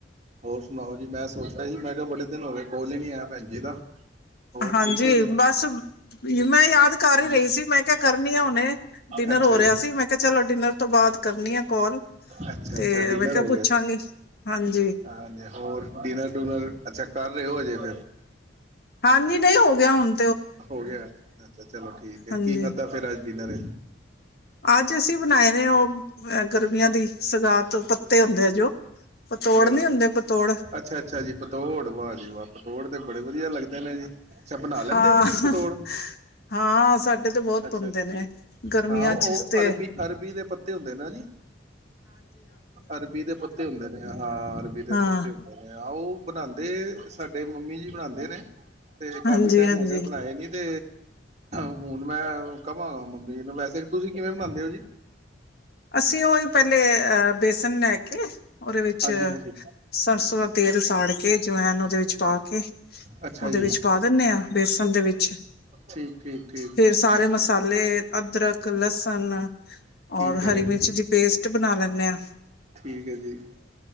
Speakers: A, on the right; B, on the left.
A: ਹੋਰ ਸੁਣਾਓ ਜੀ ਮੈਂ ਸੋਚਿਆ ਸੀ ਮੈਂ ਕਿਹਾ ਬੜੇ ਦਿਨ ਹੋ ਗਏ ਕੋਲ ਹੀ ਨਹੀਂ ਆਇਆ ਭੈਣ ਜੀ ਦਾ। ਹੋਰ
B: ਹਾਂਜੀ
A: ਠੀਕ ਹੈ ਜੀ
B: ਬਸ ਮੈਂ ਯਾਦ ਕਰ ਹੀ ਰਹੀ ਸੀ। ਮੈਂ ਕਿਹਾ ਕਰਨੀ ਆ ਹੁਨੇ ਡਿਨਰ
A: ਅੱਛਾ
B: ਹੋ
A: ਜੀ
B: ਰਿਹਾ ਸੀ ਮੈਂ ਕਿਹਾ ਚਲੋ ਡਿਨਰ ਤੋਂ ਬਾਅਦ ਕਰਨੀ ਆ ਕੋਲ
A: ਅੱਛਾ
B: ਤੇ
A: ਅੱਛਾ ਡਿਨਰ
B: ਮੈਂ ਕਿਹਾ
A: ਹੋ ਗਿਆ
B: ਪੁੱਛਾਂਗੀ ਹਾਂਜੀ।
A: ਹਾਂਜੀ ਹੋਰ ਡਿਨਰ ਡੁਨਰ ਅੱਛਾ ਕਰ ਰਹੇ ਹੋ ਹਜੇ। <inaudible>
B: ਹਾਂਜੀ ਨਹੀਂ ਹੋ ਗਿਆ ਹੁਣ
A: ਹੋ ਗਿਆ ਅੱਛਾ ਚਲੋ ਠੀਕ ਹੈ
B: ਹਾਂਜੀ।
A: ਕੀ ਖਾਧਾ ਫਿਰ ਅੱਜ ਡਿਨਰ
B: ਅੱਜ ਅਸੀਂ ਬਣਾਇਆ ਉਹ ਅ ਗਰਮੀਆਂ ਦੀ ਸਗਾ ਤੋਂ ਪੱਤੇ ਹੁੰਦੇ ਆ ਜੋ ਪਤੋੜ
A: ਅ
B: ਨੀ ਹੁੰਦੇ ਪਤੋੜ
A: ਅੱਛਾ ਅੱਛਾ ਜੀ ਪਤੋੜ ਵਾਹ ਜੀ ਵਾਹ ਪਤੋੜ ਤੇ ਬੜੇ ਵਧੀਆ ਲੱਗਦੇ ਨੇ ਜੀ ਅੱਛਾ ਬਣਾ ਲੈਂਦੇ
B: ਹਾਂ
A: ਹੋ ਤੁਸੀਂ ਪਤੋੜ
B: ਹਾਂ ਸਾਡੇ ਤੇ ਬਹੁਤ
A: ਅੱਛਾ
B: ਪਾਉਂਦੇ
A: ਅੱਛਾ
B: ਨੇ ਗਰਮੀਆਂ
A: ਹਾਂ ਉਹ
B: ਚ ਤੇ
A: ਅਰਬੀ -ਅਰਬੀ ਦੇ ਪੱਤੇ ਹੁੰਦੇ ਨੇ ਜੀ, ਅਰਬੀ ਦੇ ਪੱਤੇ ਹੁੰਦੇ ਨੇ ਹਾਂ ਅਰਬੀ ਦੇ
B: ਹਾਂ
A: ਪੱਤੇ ਹੁੰਦੇ ਨੇ ਆ, ਉਹ ਬਨਾੰਦੇ ਸਾਡੇ ਸਾਡੇ ਮੰਮੀ ਜੀ, ਬਣਾੰਦੇ ਨੇ। ਤੇ ਕਾਫੀ
B: ਹਾਂਜੀ
A: ਟਾਈਮ
B: ਹਾਂਜੀ
A: ਹੋ ਗਿਆ, ਬਣਾਏ ਨੀ ਤੇ ਹੁਣ ਮੈਂ ਕਵਾਂਗਾ ਮੰਮੀ ਜੀ ਨੂੰ, ਵੈਸੇ ਤੁਸੀਂ ਕਿਵੇਂ ਬਨਾਂਦੇ ਓ ਜੀ।
B: ਅਸੀਂ ਉਹਹੀ ਪਹਿਲੇ, ਅਹ ਬੇਸ ਸਨੇ ਹਕੀ <inaudible> ਉਹਦੇ ਵਿੱਚ,
A: ਹਾਂਜੀ ਹਾਂਜੀ
B: ਸਰਸੋਂ ਦਾ ਤੇਲ ਸਾੜ ਕੇ, ਜਿਵੇਂ ਉਹਦੇ ਵਿੱਚ ਪਾ ਕੇ,
A: ਅੱਛਾ
B: ਉਹਦੇ
A: ਜੀ
B: ਵਿੱਚ ਪਾ ਦਿੰਨੇ ਆਂ, ਬੇਸਣ ਦੇ ਵਿੱਚ,
A: ਠੀਕ ਠੀਕ ਠੀਕ
B: ਫੇਰ ਸਾਰੇ ਮਸ ਅਦਰਕ, ਲਸਣ,
A: ਠੀਕ
B: ਔਰ
A: ਹੈ
B: ਹਰੀ ਮਿਰਚ ਦੀ ਪੇਸਟ ਬਨਾ ਲੈਂਨੇ ਆਂ।
A: ਠੀਕ ਹੈ ਜੀ।